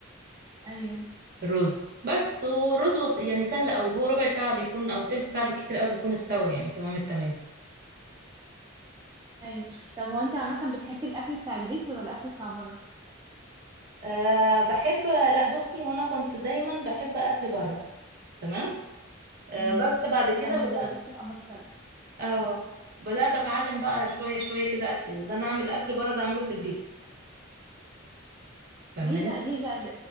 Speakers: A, on the right; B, on the right.
A: ايوه
B: الرز بس والرز بس يعني سهل قوي هو ربع ساعة بيكون او تلت ساعة بالكتير قوي بيكون استوى يعني تمام التمام
A: ايوه طب هو انت عامه بتحبي الاكل بتاع البيت ولا الاكل بتاع بره
B: أه بحب لا بصي هو انا كنت دايما بحب اكل بره تمام أه
A: امم
B: بس بعد كده
A: لما
B: بدأت
A: اتجوزت الامر اختلف
B: اه بدأت اتعلم بقى شوية شوية كده اكل ده انا اعمل اكل بره ده اعمله في البيت فاهماني
A: ليه بقى ليه بقى ال-